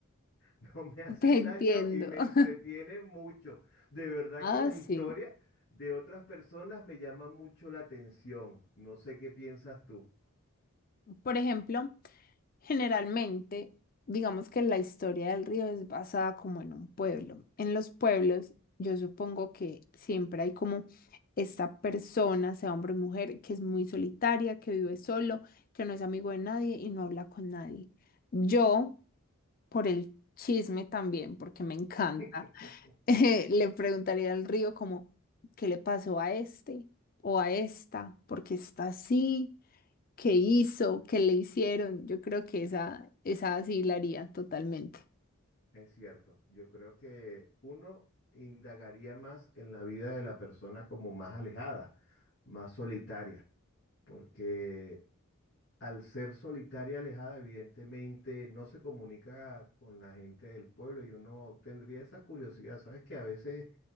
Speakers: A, on the left; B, on the left.
A: <laughs> no me hacen
B: Te entiendo.
A: daño y me
B: <laughs>
A: entretienen mucho. De verdad
B: Ah,
A: que las
B: sí.
A: historias de otras personas me llaman mucho la atención. No sé qué piensas tú.
B: Por ejemplo, generalmente, digamos que la historia del río es basada como en un pueblo. En los pueblos, yo supongo que siempre hay como esta persona, sea hombre o mujer, que es muy solitaria, que vive solo, que no es amigo de nadie y no habla con nadie. Yo por el chisme también, porque me encanta.
A: <laughs>
B: <laughs> eh, le preguntaría al río como, ¿qué le pasó a este o a esta? Porque está así, ¿qué hizo? ¿Qué le hicieron? Yo creo que esa, esa sí la haría totalmente.
A: Es cierto, yo creo que uno indagaría más en la vida de la persona como más alejada, más solitaria, porque al ser solitaria, alejada, evidentemente no se comunica con la gente del pueblo y uno tendría esa curiosidad, ¿sabes? Que a veces